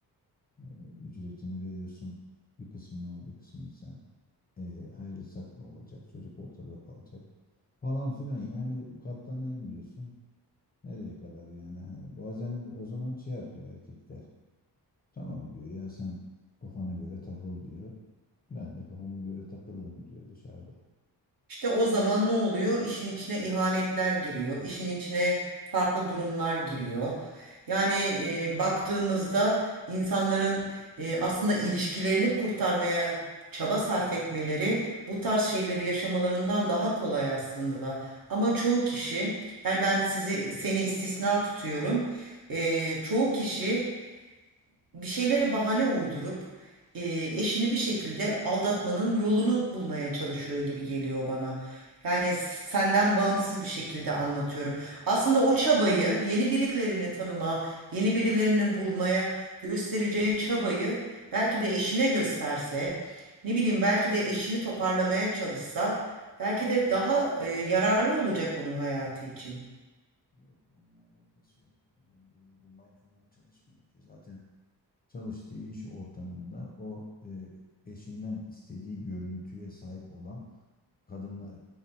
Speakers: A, on the left; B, on the right.
A: E, ücretini veriyorsun. Bir kısmını o, bir kısmını sen. E, ayrılsak ne olacak? Çocuk ortada kalacak falan filan. Yani katlanayım diyorsun. Nereye kadar yani? Hani bazen o zaman şey yapıyor erkekler. Tamam diyor ya sen kafana göre takıl diyor. Ben de kafama göre takılırım diyor dışarıda.
B: İşte o zaman ne oluyor? İşin içine ihanetler giriyor, işin içine farklı durumlar giriyor. Yani e, baktığımızda insanların e, aslında ilişkilerini kurtarmaya çaba sarf etmeleri bu tarz şeyleri yaşamalarından daha kolay aslında. Ama çoğu kişi, yani ben sizi seni istisna tutuyorum. E, çoğu kişi bir şeylere bahane uydurup e, eşini bir şekilde aldatmanın yolunu bulmaya çalışıyor gibi geliyor bana. Yani s- senden bağımsız
A: Yok
B: bir
A: ya
B: şekilde
A: yok bu
B: anlatıyorum.
A: psikologlar
B: Aslında
A: falan.
B: o çabayı yeni birilerini tanıma, yeni birilerini bulmaya göstereceği çabayı belki de eşine gösterse, ne bileyim belki de eşini toparlamaya çalışsa, belki de daha e, yararlı olacak onun hayatı için.
A: Yok onunla alakası yok ya. Yeni birini bulmaya falan çalışmıyor ki. Zaten çalıştığı iş ortamında o e, eşinden istediği görüntüye sahip olan kadınları